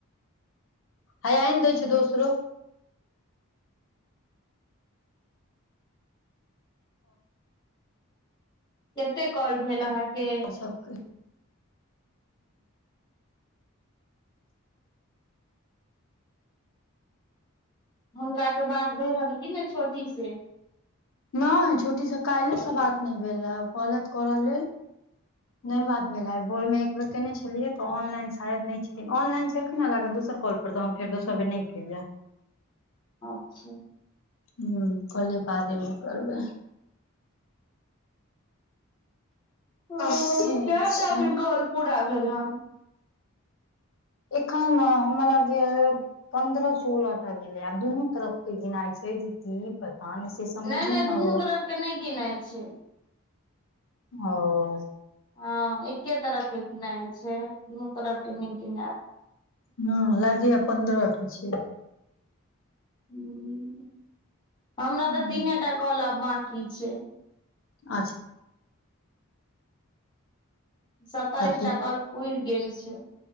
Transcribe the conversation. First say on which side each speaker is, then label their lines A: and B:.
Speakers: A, on the left; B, on the left.
A: ह्य्या आइन दै छी दोसरो।
B: केते कॉल भेल अहाँके।
A: सबकोई
B: हुनका से बात भएल हँ कि ने छोटी से।
A: नहि छोटी से काल्हि से बात नहि भेल हे ओ कहलैत करऽ लेल।
B: हँ
A: नहि बात भेल है भोर मे कयने छलियै तऽ ऑनलाइन शायद नहि छथिन, ऑनलाइन छलखिन हँ, लागल दोसर कॉल पर, तऽ हम फेर दोसर बेर नहि केललिये।
B: अच्छा!
A: हुँ, कहलियै बादेमे करबै।
B: ओ
A: से
B: केटा
A: छै
B: अखन कॉल पूरा भेल हन।
A: एखन हमरा लागैया पन्द्रह सोलह टा भेलै, आ दुनू तरफ के गिनाय छै की- की पता नहि? से समझे
B: नहि -नहि दुनू
A: आबैये
B: तरफ के नहि गिनाइ छै।
A: ओ।
B: हँ, एके तरफ के गिनाइ छै, दुनू तरफ के नै गिनैत।
A: हँ लागय पन्द्रह टा छै।
B: हूँ, हमरा
A: हूँ
B: तऽ तीने टा कॉल आब बाकी छै।
A: अच्छा!
B: स्ताइस
A: अच्छा
B: टा कॉल पुर गेल छै।